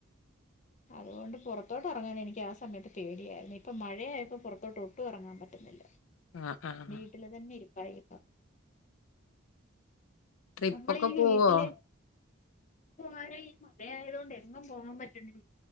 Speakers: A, on the left (about 35°); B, on the left (about 80°).
A: അതുകൊണ്ട് പുറത്തോട്ട് ഇറങ്ങാൻ എനിക്ക് ആ സമയത്ത് പേടിയായിരുന്നു ഇപ്പം മഴയായപൊ അപ്പം പുറത്തോട്ട് ഒട്ടും ഇറങ്ങാൻ പറ്റുന്നില്ല
B: ആഹ് ആഹ്
A: വീട്ടില് തന്നെ ഇരിപ്പ് പയേക
B: ട്രിപ്പൊക്കെ
A: നമ്മള് ഈ
B: പോവോ
A: വീട്ടില് ഈ മഴആയത് കൊണ്ട് എങ്ങും പോകാൻ പറ്റണില്ല